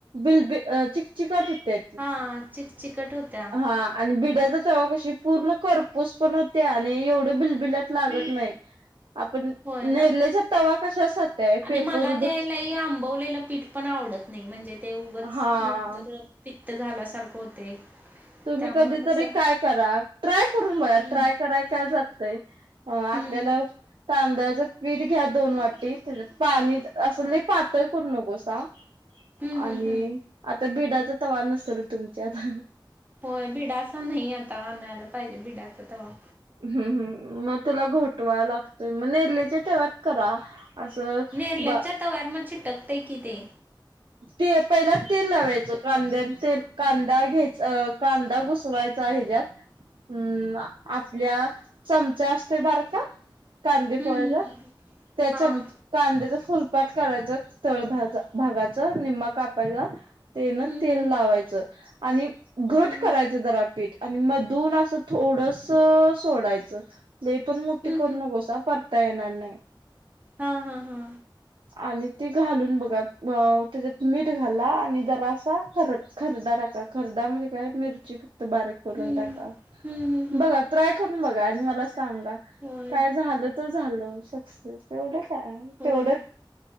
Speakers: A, on the right; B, on the right.
A: बिलब चिक चिकट होते ती
B: हां चिक चिकट होत्या
A: हा आणि भिड्याचा क पूर्ण करपोच पण होते आणि एवढ बिलबिलात लागत नाही आपण
B: होय
A: नेरलेचा
B: ना
A: तवा कशासाठी आहे
B: आणि
A: पेपर
B: मला
A: उडून
B: त्याला आंबवलेलं पीठ पण आवडत नाही म्हणजे ते उगच
A: हा
B: नंतर पित्त झाल्यासारखं होते
A: तुम्ही
B: त्यामुळं
A: कधीतरी
B: कसं
A: काय करा ट्राय करून बघा
B: हम्म
A: ट्राय कराय काय जातय अ आपल्याला
B: हम्म
A: तांदलाचं पीठ घ्या दोन वाटी पाणी असले
B: हा.
A: पातळ करू नकोसा
B: हम्म हम्म
A: आणि
B: हम्म
A: आ तर बिडाचा त व नसेल तुमच्या आता
B: होय बिडाच नाही आता आणयला पाहिजे बिडाच तेव्हा
A: हम् हम् मग तुला घोटवा लागतोय मग नेल्याच्या तवात करा असं
B: नेरलेपच्या
A: ब
B: तव्यात मग चिटकतय कि ते
A: ते पहिलाच तेल लावायचं कांद्या ते कांदा घ्यायचा कांदा घुसवायचा आहे ज्यात हम्म आपल्या चमचा असतेो बार का कांदे
B: हम्म
A: पोळ्याचा
B: हम्म हम्म
A: त्याच्या
B: हां
A: कांद्याचा फुलपाक करायचं तळग भागाच निम्मा कापायचा तेन
B: हम्म
A: तेल
B: हम्म
A: लावायचं आणि घट
B: हम्म
A: करायचं
B: हम्म
A: दरा पीठ आणि म धून असं थोडस सोडायचं लै पण मोठी
B: हम्म
A: करू नकोसा परता येणार नाही
B: हा हा ह
A: आणि ते घालून बघा अ त्याच्यात मीठ घाला आणि जरा असा खर खरदा टाका खरड म्हणजे काय मिरची बारीक करून
B: हं.
A: टाका
B: हं, हं, हं.
A: बघा ट्राय करून बघा आणि मला सांगा
B: होय,
A: काय झालं तर झालं सक्सेस तेवढं काय
B: होय.
A: तेवढ